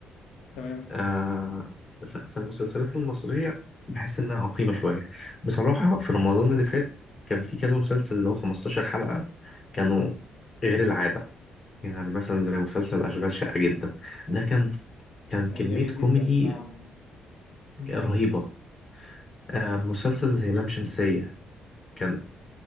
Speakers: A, on the left (about 75°); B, on the left (about 35°).
A: تمام
B: آه ف- فالمسلسلات المصرية بحس إنها عقيمة شوية بصراحة في رمضان اللي فات كان في كذا مسلسل اللي هو 15 حلقة كانوا غير العادة يعني مثلا زي مسلسل أشغال شقة جدا ده كان كان
A: كان
B: كمية
A: جميل
B: كوميدي
A: جدا اه
B: رهيبة آه مسلسل زي لام شمسية كان